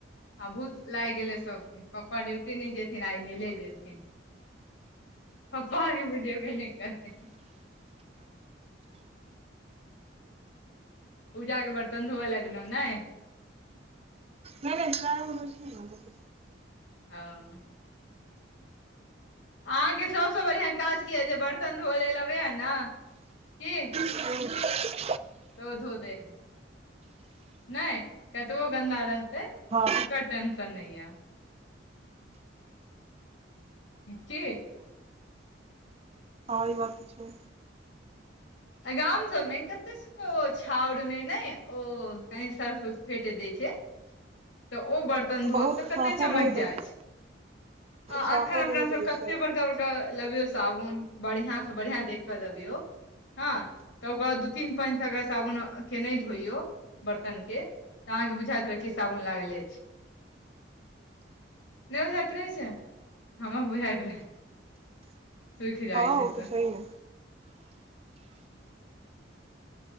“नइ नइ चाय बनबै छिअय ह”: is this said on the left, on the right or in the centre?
Right